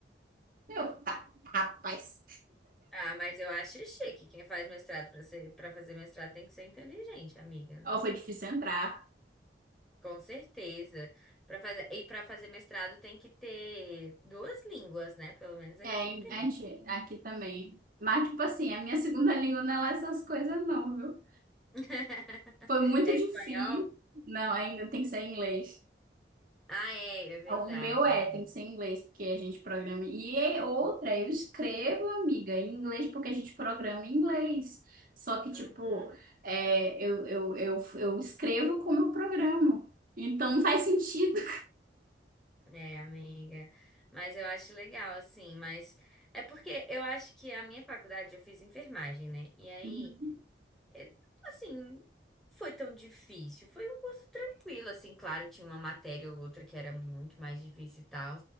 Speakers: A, on the right (about 50°); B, in the centre.
A: Eu, tá, rapaz.
B: Ah, mas eu acho chique. Quem faz mestrado pra ser, para fazer mestrado tem que ser inteligente, amiga.
A: Ou foi difícil entrar.
B: Com certeza. Para fazer e para fazer mestrado tem que ter duas línguas, né? Pelo menos aqui
A: É, em-
B: tem.
A: a gente, aqui também. Mas, tipo assim, a minha segunda língua não é lá essas coisas, não, viu?
B: <laughs>
A: Foi muito
B: É
A: difícil.
B: espanhol?
A: Não, ainda tem que ser em inglês.
B: Ah, é, é verdade.
A: Então, O meu é,
B: hein?
A: tem que ser em inglês, porque a gente programa. E é outra, eu escrevo, amiga, em inglês, porque a gente programa em inglês. Só que,
B: Uhum.
A: tipo, é, eu, eu, eu, eu escrevo como eu programo. Então não faz sentido.
B: É, amiga. Mas eu acho legal assim, mas é porque eu acho que a minha faculdade eu fiz enfermagem, né? E aí
A: Uhum.
B: É, Assim, foi tão difícil. Foi um curso tranquilo, assim, claro, tinha uma matéria ou outra que era muito mais difícil e tal,